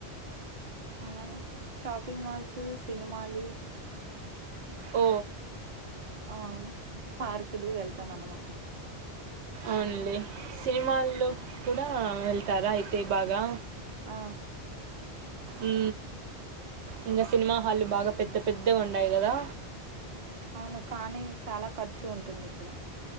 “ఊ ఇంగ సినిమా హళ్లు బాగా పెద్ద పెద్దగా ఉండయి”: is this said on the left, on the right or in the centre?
Right